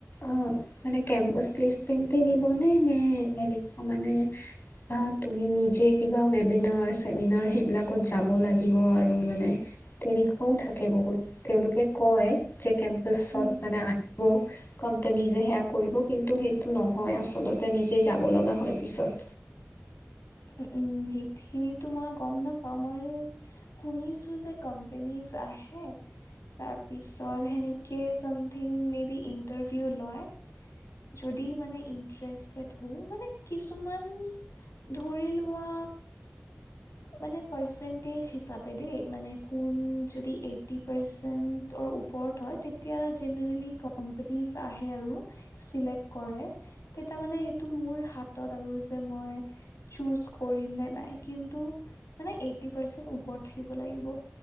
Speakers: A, on the left (about 45°); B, on the left (about 85°).
A: অ মানে কেম্পাচ প্লেচমেন্ট দিব। মানে নে এনেকুৱা মানে। আহ তুমি নিজে কিবা ৱেবিনাৰ চেমিনাৰ সেইবিলাকত যাব লাগিব আৰু মানে। তেনেকুৱাও থাকে বহুত তেওঁলোকে কয় যে। কেম্পাচত
B: উম
A: মানে আহিব কোম্পানী যে সেয়া কৰিব কিন্তু সেইটো নহয় আচলতে নিজে যাব লগা হয় পিছত।
B: উ <inaudible> উম উম সেইখিনিতো মই গম নাপাওঁ মই শুনিছো যে কোম্পনী আহেই। তাৰ পিছত সেনেকে চামথিং মে বি ইন্টাৰভিউ লয়। যদি মানে ইণ্টাৰেষ্টেড হওঁ মানে কিছুমান ধৰি লোৱা মানে পাৰ্চেটেজ হিচাপে দেই মানে কোন যদি এইটি পাৰ্চেণ্টৰ ওপৰত বোৰ্ড হয় তেতিয়া জেনেৰেলি কম্পেনিছ আহে আৰু চিলেক্ট কৰে, তেটি মানে সেইটো মোৰ হাতত আৰু যে মই চুজ কৰিম নে নাই কিন্তু মানে এইটি পাৰ্চেন্ট ওপৰত থাকিব লাগিব।